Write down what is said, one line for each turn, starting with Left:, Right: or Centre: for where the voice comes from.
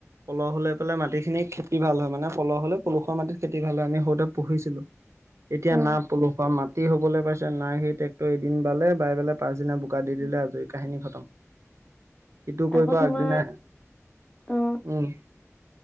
Right: পলহ হ'লে পেলাই মাটিখিনি খেতি ভাল হয় মানে পলহ হলে পলসুৱা মাটিত খেতি ভাল হয় আমি সৰুতে পঢ়িছিলো। এতিয়া
Left: অ
Right: না পলসুৱা মাটি হবলৈ পাইছে নাই সেই ট্ৰেক্টৰ এদিন বালে বাই পেলাই পাছদিনা বোকা দি
Left: উম।
Right: দিলে আজৰি কাহিনী খতম সিটো কৰিব
Left: আকৌ তোমাৰ
Right: আগদিনা।
Left: অ
Right: উম